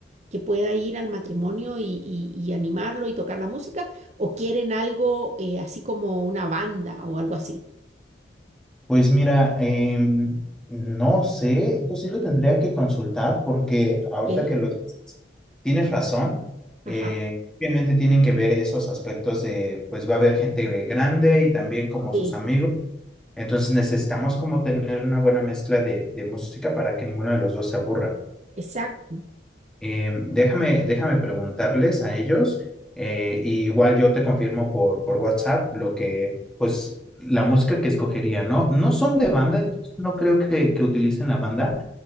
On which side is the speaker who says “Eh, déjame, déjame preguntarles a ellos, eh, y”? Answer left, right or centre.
Centre